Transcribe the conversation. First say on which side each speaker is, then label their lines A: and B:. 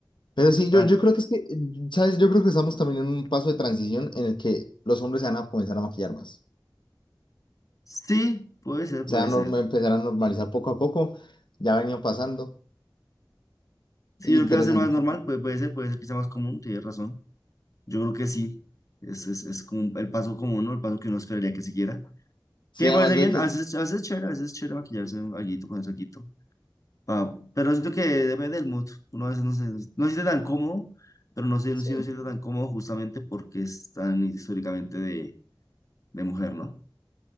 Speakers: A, on the left; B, on the left.
A: Pero sí,
B: O sea,
A: yo, yo creo que es que, ¿sabes? Yo creo que estamos también en un paso de transición en el que los hombres se van a comenzar a maquillar más.
B: sí, puede ser,
A: Se
B: puede
A: van
B: ser.
A: a norm- empezar a normalizar poco a poco, ya ha venido pasando.
B: Sí,
A: Y
B: yo
A: interesante.
B: creo que va a ser más normal, puede, puede ser, puede ser que sea más común, tienes razón. Yo creo que sí. Es, es, es como el paso común, ¿no? El paso que uno esperaría que siguiera.
A: Sí,
B: Que
A: además
B: me parece bien,
A: de que...
B: a veces, a veces es chévere, a veces es chévere maquillarse un alguito, ponerse alguito. Ah, pero siento que depende del mood. Uno a veces no se, no se siente tan cómodo, pero no se,
A: Sí,
B: no se siente tan cómodo justamente porque es tan históricamente de, de mujer, ¿no?